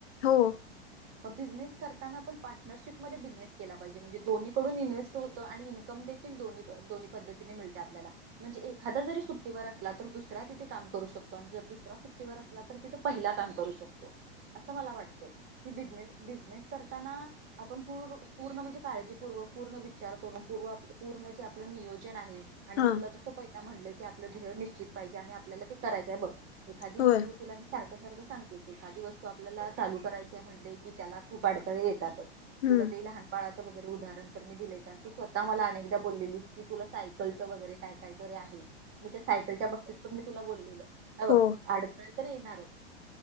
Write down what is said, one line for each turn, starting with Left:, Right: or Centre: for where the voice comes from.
Left: हो.
Right: मग बिझनेस करताना पण पार्टनरशिपमध्ये बिझनेस केला पाहिजे. म्हणे दोनहीकडून इन्व्हेस्ट होतो, आणि इनकम देखीलन दोन्ही दोन्ही पद्धतीने मिळते आपल्या म्हणे एखादा जरी सुट्टीवर असला तर दुसरा तिथे काम करू शकतो आणि जर दुस सुट्टीवर असला तर तिथ पहिला काम करू शकतो, असं मला वाटतय. कि बिझनेस करताना आपण पूर्ण म्हणजे काजीपूर्व पूर्ण विचार करून पूर्ण आपल नियोजन आहे. आणि
Left: हा
Right: मी तुला जसं प हीरा म्हटलं की आपलं ध्येय निश्चित पाहिजे, आणि आपल्याला ते करायचंय बघ. एखादी
Left: होय
Right: वस्तू तुला मी सार सारखं सारखं सांगते एखादी वस्तू आपल्याला चालू करायची आहे म्हटले की त्याला खूप अडथळे येतात.
Left: हम्म
Right: तुला ते लहानपाळा वगैरे उदाहरण तर मी दिलेय आणि तू स्वतः मला अनेकदा बोललेलीस की तुला सायकलचं वगैरे काय काय तर आहे. मी त्या सायकलच्या बाबतीत पण मी तुला बोललेलं. अबघ
Left: हो
Right: अड तर येणारच